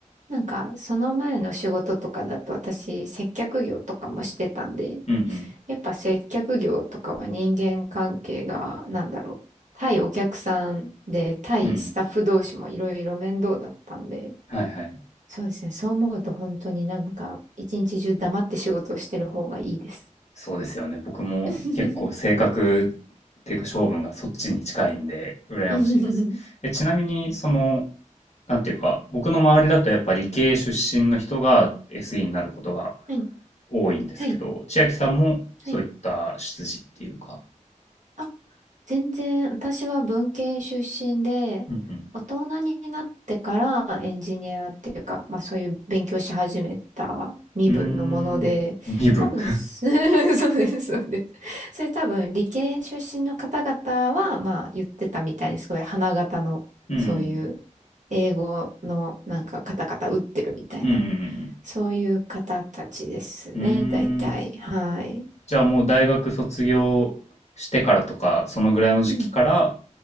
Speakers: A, on the right (about 70°); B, on the left (about 60°).
A: なんかその前の仕事とかだと私接客業とかもしてたんで、
B: うん。うん
A: やっぱ接客業とかは人間関係が、なんだろう。対お客さんで、対スタッフ同士もいろいろ面倒だったんで、
B: うん。うん。はいはい。
A: そうですね。そう思うと本当になんか、一日中黙って仕事をしてる方がいいです。
B: そうですよね。僕も結構性格っていうか性分がそっちに近いんで、
A: <laughs>
B: 羨ましいです。
A: は
B: え、ちなみに、その、なんていうか、僕の周りだとやっぱ理系出身の人が SE になることが
A: い、
B: 多いんですけど、
A: はい、
B: 千秋さんもそういった出自っていうか。
A: はい。あ全然、私は文系出身で、
B: うんうん。
A: 大人になってからエンジニアっていうか、まあそういう勉強し始めた身分のもので、
B: うーん。身分。
A: 多分す、<laughs> そうです、そうです。それ多分理系出身の方々は、まあ言ってたみたいに、すごい花形の、
B: <laughs> うんうん。
A: そういう英語のなんかカタカタ打ってるみたいな、
B: うん
A: そういう方たちですね、
B: うんうん。うー
A: 大体。
B: ん。
A: はい。
B: じゃあもう大学卒業してからとか、そのぐらいの時期から、
A: う